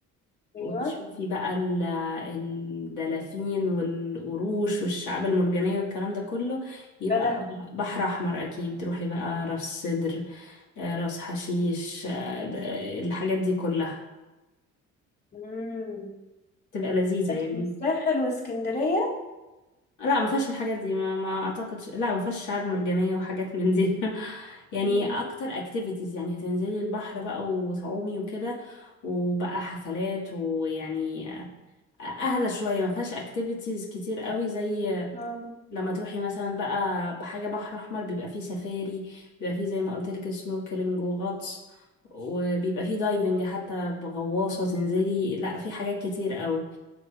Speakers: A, on the left; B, on the left.
A: ايوه
B: وتشوفي بقى ال- الدلافين والقروش والشعاب المرجانية والكلام ده كله يبقى
A: لا دهب
B: بحر أحمر أكيد روحي بقى راس سدر آه، راس حشيش آه، ده- الحاجات دي كلها
A: مم.
B: تبقى لذيذة
A: لكن
B: يعني
A: الساحل واسكندريه
B: لا ما فيهاش الحاجات دي ما, ما اعتقدش لا ما فيهاش شعاب مرجانية وحاجات من دي <laughs> يعني
A: مم.
B: اكتر اكتيفيتيز يعني هتنزلي البحر بقى وتعومي وكده وبقى حفلات ويعني اهدى شوية ما فيهاش اكتيفيتيز كتير قوي زي
A: آه.
B: لما تروحي مثلا بقى بحاجة بحر احمر بيبقى فيه سفاري بيبقى فيه زي ما قلت لك سنوركلينج وغطس وبيبقى فيه دايفنج حتى بغواصة تنزلي لا في حاجات كتير قوي